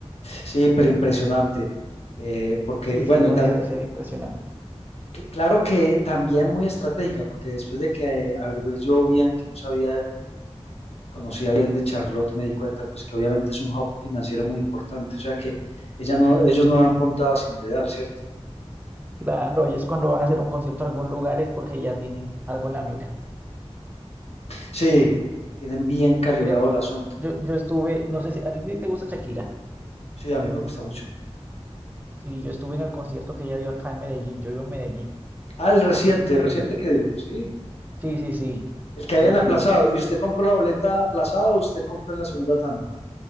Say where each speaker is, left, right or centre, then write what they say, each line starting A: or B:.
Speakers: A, on the left (about 65°); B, on the right (about 15°).
A: Sí, pero impresionante, eh, porque,
B: Sí,
A: bueno,
B: sí, no
A: y tal-
B: deja de ser impresionante.
A: cl- claro que también muy estratégica, porque después de que eh, averigüé yo bien, que no sabía, conocía bien de Charlotte, me di cuenta, pues que obviamente es un hub financiero muy importante, o sea que ella no, ellos no dan puntada sin dedal, ¿cierto?
B: Claro, ellos cuando van a hacer un concierto a algún lugar es porque ya tienen algo en la mira.
A: Sí, tienen bien calibrado
B: Mira que
A: el asunto.
B: yo, yo estuve, no sé si a ti te te gusta Shakira.
A: Sí, a mí me gusta mucho.
B: Sí, yo estuve en el concierto que ella dio acá en Medellín. Yo vivo en Medellín
A: Ah, el reciente,
B: y pude
A: el reciente
B: ir.
A: que dio, sí.
B: Sí, sí, sí,
A: El que habían
B: pude
A: aplazado.
B: ir.
A: ¿Y usted compró la boleta aplazada o usted compró en la segunda tanda? O